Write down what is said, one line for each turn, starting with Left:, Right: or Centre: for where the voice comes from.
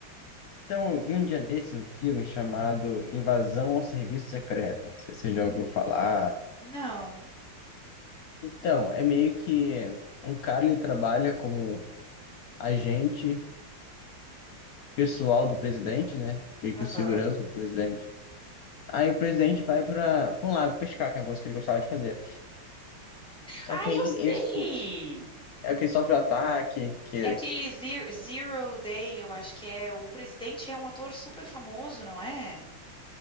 Left: Então, eu vi um dia desse um filme chamado Invasão ao Serviço Secreto. Não sei se você já ouviu falar.
Centre: Não.
Left: Então, é meio que um cara ele trabalha como agente pessoal do presidente, né? Meio
Centre: Aham.
Left: que o segurança do presidente. Aí o presidente vai para um lago pescar, que é uma coisa que ele gostava de fazer. Só
Centre: Ah,
Left: que aí
Centre: eu sei!
Left: ele, su- é que
Centre: Desculpa.
Left: ele sofre um ataque, que...
Centre: É aquele Zero, Zero Day, eu acho que é. O presidente é um ator super famoso, não é?